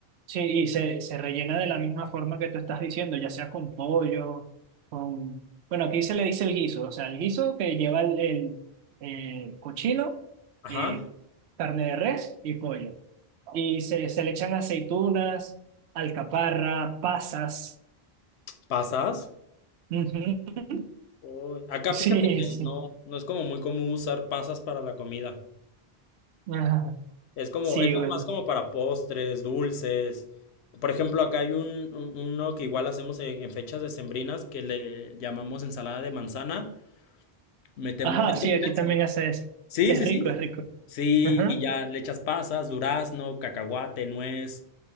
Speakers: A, on the right; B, on the left.
A: sí, y se, se rellena de la misma forma que tú estás diciendo, ya sea con pollo, con... Bueno, aquí se le dice el guiso, o sea, el guiso que lleva el, el, eh, cochino,
B: Ajá,
A: eh, carne de res y pollo. Y se, se le echan aceitunas, alcaparra, pasas.
B: pasas.
A: Ujú. <laughs>
B: Uy, Acá
A: Sí,
B: fíjate que
A: sí.
B: no, no es como muy común usar pasas para la comida.
A: Ajá.
B: Es como,
A: Sí,
B: esto
A: bueno.
B: es más como para postres, dulces. Por ejemplo, acá hay un, un- uno que igual hacemos en, en fechas decembrinas que le llamamos ensalada de manzana. Metemos,
A: Ajá,
B: es
A: sí,
B: como
A: aquí
B: una ensalada.
A: también hace eso.
B: Sí,
A: Es
B: sí,
A: rico,
B: sí.
A: es rico.
B: Sí,
A: Ajá.
B: y ya le echas pasas, durazno, cacahuate, nuez,